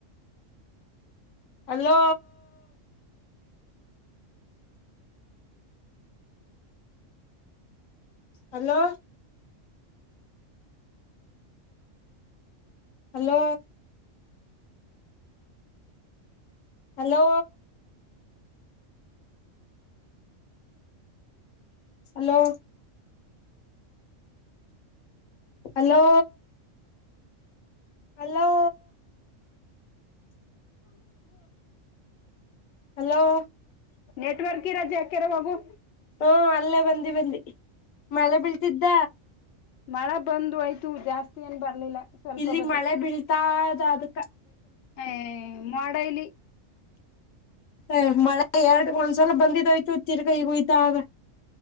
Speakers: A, on the left; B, on the left.
A: hello hello hello hello hello
B: ಟಿ
A: ಹಲೋ ಅಲೋ ಹಲೋ
B: ನೆಟ್ವರ್ಕ್ ಇರೋ ಜಾಗ್ಕ್ಯಾರ ಹೋಗು.
A: ಹ್ಮ ಅಲ್ಲೇ ಬಂದಿ ಬಂದಿ ಮಳೆ ಬೀಳ್ತಿದ್ದ.
B: ಮಳೆ ಬಂದೋಯ್ತು ಜಾಸ್ತಿ ಏನ್ ಬರ್ಲಿಲ್ಲ. ಸ್ವಲ್ಪ
A: ಇಲ್ಲಿ
B: ಬತ್ತು
A: ಮಳೆ ಬೀಳ್ತಾದ ಅದಕ.
B: ಏ ಮೋಡ ಇಲ್ಲಿ.
A: ಹ ಮಳೆ ಎರಡ್ ಒಂದ್ಸಲ ಬಂದಿದೋಯ್ತು ತಿರ್ಗ ಈಗ ಹುಯ್ತಾದೆ.